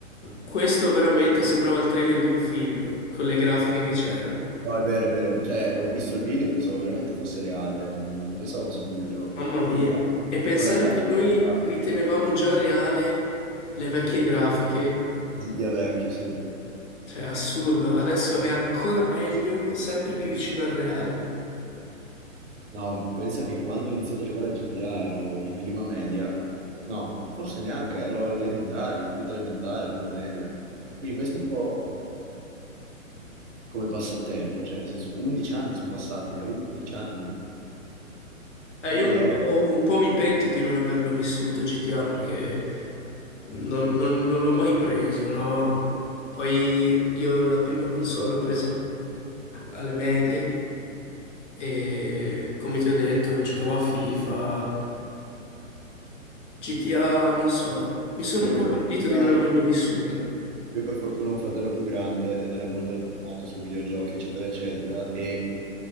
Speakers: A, on the left; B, on the right.
A: questo veramente sembrava il trailer di un film, con le grafiche che c'erano.
B: No, è vero, è vero. Cioè, ho visto il video, pensavo veramente fosse reale, non, non pensavo fosse un videogioco.
A: Mamma mia.
B: Quindi, eh,
A: E pensare
B: con la grafica
A: che noi
B: ah,
A: ritenevamo già reale le vecchie grafiche,
B: GTA vecchio, sì.
A: cioè assurdo. Adesso è ancora meglio, sempre più vicino al reale.
B: No, pensa che quando ho iniziato a giocare a GTA ero in prima media. No, forse neanche, ero alle elementari, in quinta elementare, prima media. Quindi questo è un po' come passa il tempo, cioè, nel senso, 11 anni sono passati, eh, 11 anni.
A: Eh,
B: È
A: io
B: una
A: un
B: roba...
A: po', un po' mi pento di non averlo vissuto GTA perché non, non- non l'ho mai preso, no? Poi io la prima console l'ho presa alle medie e come ti ho detto giocavo a FIFA, GTA, non so, mi sono un
B: Io
A: po'
B: per
A: pentito
B: fortuna...
A: di non averlo vissuto.
B: Io per fortuna ho un fratello più grande ed era molto aggiornato su videogiochi, eccetera, eccetera, e